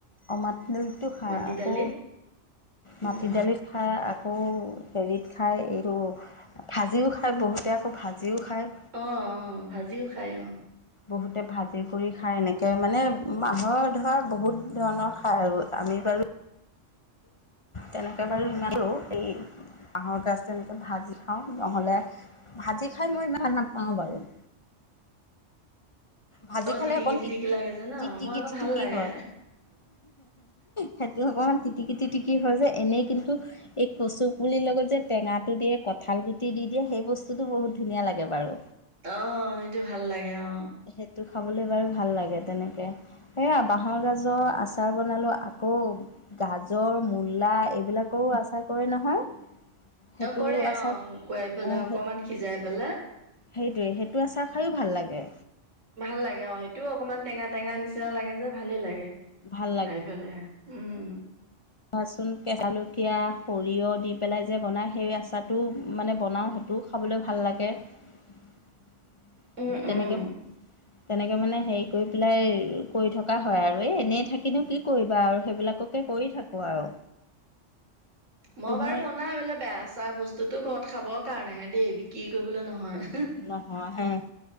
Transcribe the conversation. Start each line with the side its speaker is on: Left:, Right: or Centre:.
Left: অ মাটি দালিটো খাই
Right: মাটি
Left: আকৌ
Right: দালিত
Left: মাটি
Right: উম
Left: দালিত খাই আকৌ হেৰিত খায় এইটো ভাজিও খায় বহুতে আকৌ ভাজিও খায়।
Right: অ অ ভাজিও খাই অ
Left: বহুতে ভাজি কৰি খাই এনেকে মানে মানুহৰ ধৰা বহুত ধৰণৰ খায় আৰু আমি বাৰু তেনেকৈ বাৰু সিমানো এই বাঁহৰ গাজটো তেনেকে ভাজি খাওঁ নহলে ভাজি খাই মই ইমান ভাল নাপাওঁ বাৰু ভাজি
Right: অ
Left: খালে
Right: তিটিকি
Left: অকণ তিটিকি
Right: লাগে যে ন মই আকৌ
Left: তিটিকি
Right: ভাল লাগে
Left: হয় সেইটো অকমান তিটিকি তিটিকি হয় যে এনেই কিন্তু এই কচু পুলিৰ লগত যে টেঙাটো দিয়ে কঁঠাল গুটি দি দিয়ে সেই বস্তুটো বহুত ধুনীয়া লাগে বাৰু
Right: অ সেইটো ভাল লাগে অ।
Left: সেইটো খাবলে বাৰু ভাল লাগে তেনেকে এয়া বাঁহৰ গাজৰ আচাৰ বনালো আকৌ গাজৰ মূলা এইবিলাকৰো আচাৰ কৰে নহয় সেইটো
Right: অ কৰে
Left: আচাৰ
Right: অ শুকুৱাই পেলাই
Left: অঁ
Right: অকমান
Left: সেই
Right: সিজাই পেলাই।
Left: সেইটোৱে সেইটো আচাৰ খায়ো ভাল লাগে।
Right: ভাল লাগে অ সটোও অকণমান টেঙা টেঙা নিচিনা লাগে যে ভালেই লাগে।
Left: ভাল
Right: খাই পেলায় উম
Left: ৰচোন কেঁচলকীয়া সৰিয়হ দি পেলাই যে বনায় সেই আচাৰটো মানে বনাওঁ সেইটো খাবলৈ ভাল লাগে তেনেকে
Right: উম উম
Left: তেনেকে, মানে হেৰি কৰি পেলাই কৰি থকা হয় আৰু এই এনেই থাকিনো কি কৰিবা আৰু সেইবিলাককে কৰি থাক কৰো আৰু
Right: মই
Left: তুমি
Right: বাৰু বনাও এইবিলাক বেয়া চেয়া বস্তুতো ঘৰত খাবৰ কাৰণে হে দেই বিক্ৰী কৰিবলৈ নহয়।
Left: নহয় হে